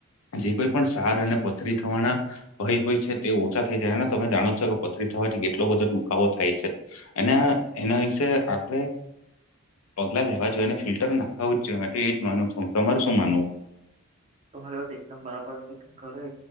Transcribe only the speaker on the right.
તો મારી વાત એકદમ બરાબર છે કે ઘરે